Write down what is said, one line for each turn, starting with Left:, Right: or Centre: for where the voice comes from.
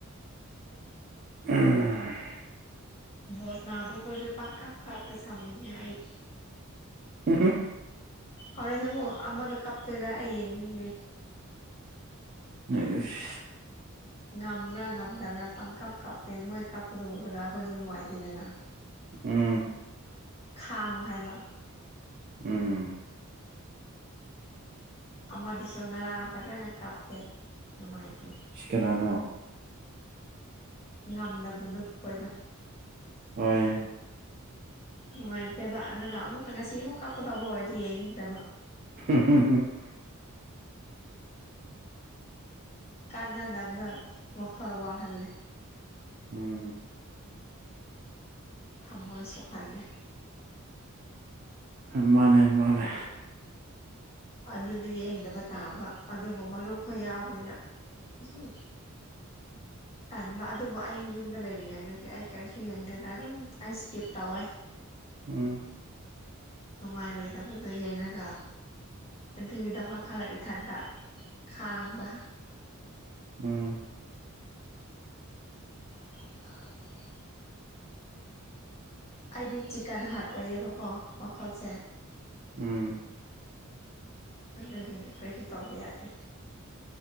Right: ꯎꯝ
Left: ꯕꯣꯜ ꯁꯥꯅꯕꯈꯣꯏꯁꯦ ꯄꯪꯀꯞ‌ ꯀꯞꯄꯦ ꯁꯥꯎꯅꯤꯡꯉꯦ ꯑꯩ
Right: <unintelligible>
Left: ꯍꯣꯔꯦꯟꯁꯨ ꯑꯃꯨꯛ ꯑꯃꯗꯣ ꯀꯥꯞꯇꯣꯏꯔꯥ ꯑꯩ ꯌꯦꯡꯅꯤꯡꯗꯦ
Right: ꯅꯦ ꯏꯁ
Left: ꯉꯝꯕ꯭ꯔꯥ ꯉꯝꯗꯕ꯭ꯔꯥ ꯄꯪꯀꯥꯞ ꯀꯥꯞꯇꯦ ꯃꯣꯏ ꯀꯥꯞꯄꯗꯣ ꯎꯔꯒ ꯑꯈꯣꯏꯁꯨ ꯅꯨꯡꯉꯥꯏꯇꯦꯗꯅ
Right: ꯎꯝ
Left: ꯈꯥꯡꯉꯣ ꯍꯥꯏꯕ
Right: ꯎꯝ
Left: ꯑꯃꯗꯨꯁꯨ ꯉꯔꯥꯡ ꯐꯖꯅ ꯀꯥꯞꯄꯦ ꯅꯨꯡꯉꯥꯏꯇꯦ
Right: ꯁꯤ ꯀꯅꯥꯅꯣ
Left: ꯉꯝꯗꯕꯗꯨ ꯈꯣꯏꯗꯣ
Right: ꯍꯣꯏ
Left: ꯅꯨꯡꯉꯥꯏꯇꯦꯕ ꯑꯗꯨꯒꯥ ꯑꯃꯨꯛꯇꯥ ꯉꯁꯤ ꯑꯃꯨꯛ ꯀꯞꯀꯗꯧꯕ ꯑꯣꯏꯔꯗꯤ ꯌꯦꯡꯅꯤꯡꯗꯕ
Right: <unintelligible>
Left: ꯀꯥꯟꯅꯗꯕꯅ ꯋꯥꯈꯜ ꯋꯥꯍꯜꯂꯦ
Right: ꯎꯝ
Left: ꯊꯃꯣꯏ ꯁꯣꯛꯍꯜꯂꯦ
Right: ꯍꯦ ꯃꯥꯅꯦ ꯃꯥꯅꯦ
Left: ꯑꯗꯨꯗꯤ ꯌꯦꯡꯗꯕ ꯇꯥꯕ ꯑꯗꯨꯕꯨ ꯃꯔꯨꯞ ꯈꯣꯏ ꯌꯥꯎꯕꯅꯤꯅ ꯏꯁꯨꯝ
Right: <inaudible>
Left: ꯇꯟꯕ ꯑꯗꯨꯕꯨ ꯑꯩ ꯌꯨꯝꯗ ꯂꯩꯔꯤꯉꯩꯗꯗꯤ ꯑꯩ ꯀꯔꯤꯁꯨ ꯌꯦꯡꯗꯦꯗ ꯑꯗꯨꯝ ꯑꯩ ꯏꯁꯀꯤꯞ ꯇꯧꯋꯦ
Right: ꯎꯝ
Left: ꯅꯨꯡꯉꯥꯏꯔꯣꯏꯗꯕꯗꯣ ꯌꯦꯡꯉꯒ ꯑꯗꯨꯒꯤꯗꯃꯛ ꯈꯜꯂꯒ ꯏꯊꯥꯟꯗ ꯈꯥꯡꯕ
Right: ꯎꯝ
Left: ꯑ ꯑꯩꯗꯤ ꯆꯤꯀꯟ ꯍꯥꯔꯠ ꯑꯣꯏꯌꯦꯕꯀꯣ ꯋꯈꯜꯁꯦ
Right: ꯎꯝ
Left: ꯑꯗꯨꯒꯤ ꯀꯔꯤꯁꯨ ꯇꯧꯕ ꯌꯥꯗꯦ